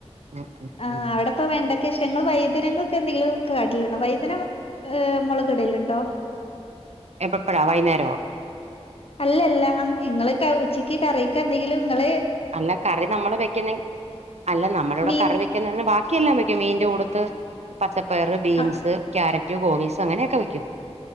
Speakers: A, on the right; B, on the left.
A: ഉം ഉം
B: ആഹ്
A: ഉം
B: അവിടെപ്പ വേണ്ട ഇഷ്ടങ്ങൾ വൈദനങ്ങൊക്കെ എന്തെങ്കിലും കാട്ടിലുണ്ടോ വൈദന ഏഹ് മുളകടൽണ്ടോ
A: എപ്പോ എപ്പള്ള വൈന്നേരോ
B: അല്ലല്ല ഇങ്ങള് ഉച്ചക്ക് കറിക്ക് എന്തെങ്കിലും നിങ്ങള്
A: അല്ല കറി നമ്മള് വെക്കുന്ന അല്ല നമ്മള ഇവിടെ
B: മീൻ
A: കറി വെ ബാക്കിയെല്ലാം വെക്കും മീന്റെ കൂടുത്ത് പച്ചപ്പയർ ബീൻസ്
B: അ
A: ക്രരാറ്റ് മറ്റ ഗോബീസ് അങ്ങനൊക്കെ വെക്കും